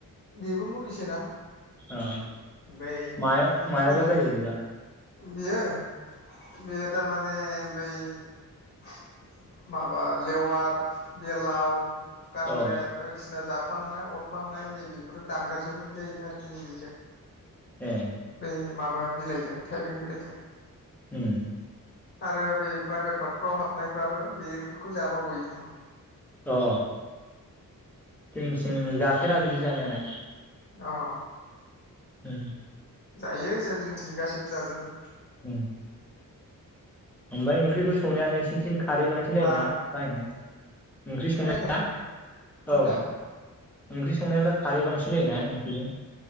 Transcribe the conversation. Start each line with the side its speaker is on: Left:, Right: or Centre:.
Left: बेबो मुलिसोना
Centre: औ
Left: ओमफ्राय
Centre: मा मायावबो
Left: जोङो
Centre: जायो बिब्ला
Left: बियो बेयो दा माने माने बै माबा लेवार बेलाव गानलेद
Centre: औ
Left: बायदिसिना जाब हुफ्लांनाय अरफ्लांनाय नैबेफोर दानगार जोबबोनो जाहैदों आरो नैबेजों
Centre: ए
Left: बे माबा माबा बिलाइजों थाइबें बिलाइजों
Centre: उम
Left: आरो बै प्राइभेट फाथफ्राव हाबनायफ्राबो बेखौ जाब गयोथ'
Centre: अ जोंथिं जाफेरा बिदि जानायालाय
Left: अ अ
Centre: उम
Left: जायो जोंथिंनि गासैबो जाजोबो
Centre: उम ओमफ्राय ओंख्रिबो संनाया नोंसिनिथिं खारै बायदि जायोना
Left: हा
Centre: बाहायनो ओंख्रि संनाया
Left: खोनायाखै मा होनदों
Centre: औ ओंख्रि संनायफ्रा खारै बांसिन जायोना नोंसिनिथिं